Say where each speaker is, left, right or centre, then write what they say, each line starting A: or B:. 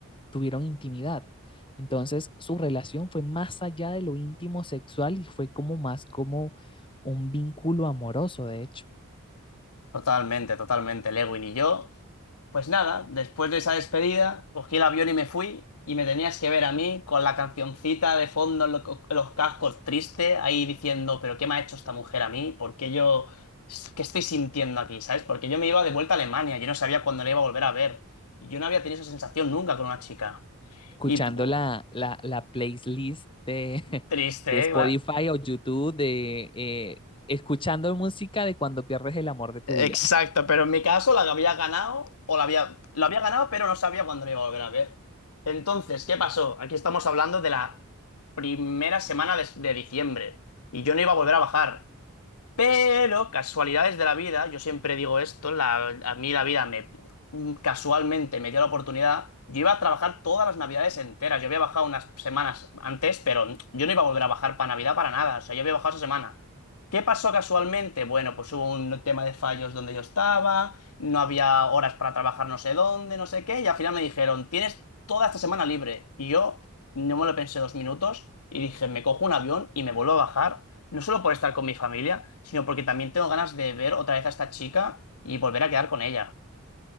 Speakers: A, on the left (about 25°); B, on the left (about 80°).
A: tuvieron intimidad. Entonces, su relación fue más allá de lo íntimo sexual y fue como más como un vínculo amoroso, de hecho.
B: Totalmente, totalmente, Lewin y yo. Pues nada, después de esa despedida, cogí el avión y me fui y me tenías que ver a mí con la cancioncita de fondo en lo- en los cascos triste, ahí diciendo, pero ¿qué me ha hecho esta mujer a mí? ¿Por qué yo, qué estoy sintiendo aquí? ¿Sabes? Porque yo me iba de vuelta a Alemania, yo no sabía cuándo la iba a volver a ver. Y yo no había tenido esa sensación nunca con una chica.
A: escuchando
B: Y pu-
A: la, la, la playlist de,
B: triste,
A: <laughs> de Spotify
B: ¿eh?
A: o YouTube, de eh, escuchando música de cuando pierdes el amor de tu
B: Exacto,
A: vida.
B: pero en mi caso la había ganado, o la había, lo había ganado, pero no sabía cuándo lo iba a volver a ver. Entonces, ¿qué pasó? Aquí estamos hablando de la primera semana de, de diciembre y yo no iba a volver a bajar. Pero casualidades de la vida, yo siempre digo esto, la- a mí la vida me casualmente me dio la oportunidad. Yo iba a trabajar todas las navidades enteras. Yo había bajado unas semanas antes, pero yo no iba a volver a bajar para Navidad para nada. O sea, yo había bajado esa semana. ¿Qué pasó casualmente? Bueno, pues hubo un tema de fallos donde yo estaba, no había horas para trabajar no sé dónde, no sé qué, y al final me dijeron, tienes toda esta semana libre. Y yo no me lo pensé dos minutos y dije, me cojo un avión y me vuelvo a bajar no solo por estar con mi familia, sino porque también tengo ganas de ver otra vez a esta chica y volver a quedar con ella.